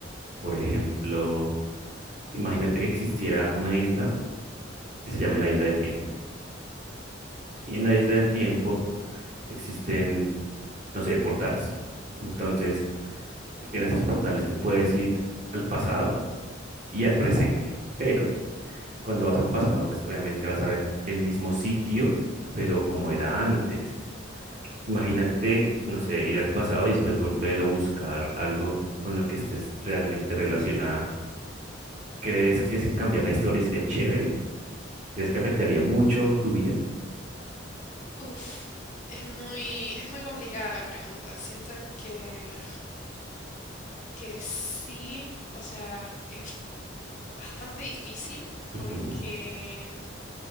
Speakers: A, on the right (about 40°); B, on the left (about 40°).
A: Por ejemplo, imagínate que existiera una isla que se llame la Isla del Tiempo. Y en la Isla del Tiempo existen, no sé, portales. Entonces, en esos portales tú puedes ir al pasado y al presente. Pero cuando vas al pasado, pues obviamente vas a ver el mismo sitio, pero como era antes. Imagínate, no sé, ir al pasado y después volver o buscar algo con lo que estés realmente relacionada. ¿Crees que si cambiar la historia sería chévere? ¿Crees que afectaría mucho tu vida?
B: Ujú. Uf, es muy, es muy complicada la pregunta. Siento que, que sí, o sea, es bastante difícil porque
A: Ujú.